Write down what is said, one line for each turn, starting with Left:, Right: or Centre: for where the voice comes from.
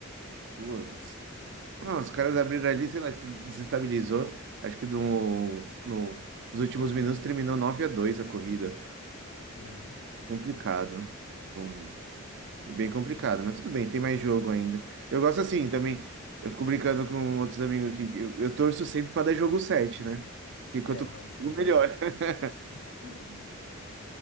Right: Putz. Não, os caras abriram ali, sei lá, acho que desestabilizou. Acho que no, no- nos últimos minutos terminou 9 a 2 a corrida.
Left: <laughs> Nossa.
Right: Complicado. Hum, bem complicado, mas tudo bem, tem mais jogo ainda. Eu gosto assim também. Eu fico brincando com outros amigos aqui. que Eu, eu torço sempre para dar jogo sete né? Porque quanto
Left: É, não, sim,
Right: o melhor.
Left: exato.
Right: <laughs>
Left: <laughs>